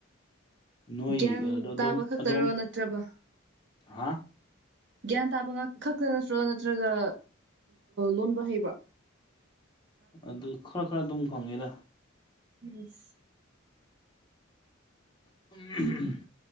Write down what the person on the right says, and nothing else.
ꯒ꯭ꯌꯥꯟ
ꯇꯥꯕ ꯈꯛꯇꯔꯣ
ꯅꯠꯇ꯭ꯔꯕ
ꯒ꯭ꯌꯥꯟ ꯇꯥꯕ ꯈꯛꯇ ꯅꯠꯇ꯭ꯔꯣ ꯅꯠꯇ꯭ꯔꯒ ꯂꯣꯟꯕ ꯍꯩꯕ꯭ꯔꯣ
ꯏꯁ